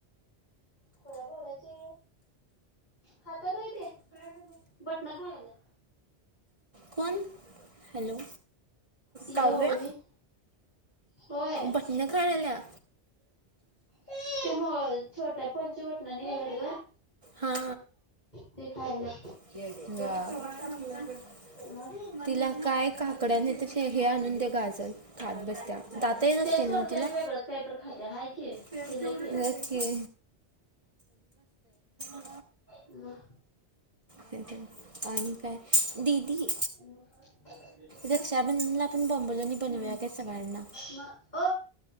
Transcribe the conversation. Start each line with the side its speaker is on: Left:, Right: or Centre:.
Left: खुळ्याबोड्याचे. खात्यात व्हय ते, बटण खायाल्या.
Right: कोण हॅलो
Left: हे
Right: काव्या.
Left: ओवी होय.
Right: बटन खायाल्या.
Left: त्या छोट्या फोनची बटन निघल्यात गं.
Right: हा.
Left: ते खायाल्या.
Right: <unintelligible>
Left: मग
Right: तिला काय काकड्या नाही तर, हे आणून दे गाजत खात बसत्या. दात येत असतील
Left: ते सोडते
Right: नव्हं तिला,
Left: आणि वेगळंच काहीतर खात्या हाय की
Right: व्हयं
Left: दिलंय की
Right: की. <unintelligible>
Left: म.
Right: ते ते आणि काय दिदी
Left: <unintelligible>
Right: रक्षाबंधनला आपण बोंबलनी बनवूया काय सगळ्यांना.
Left: म अ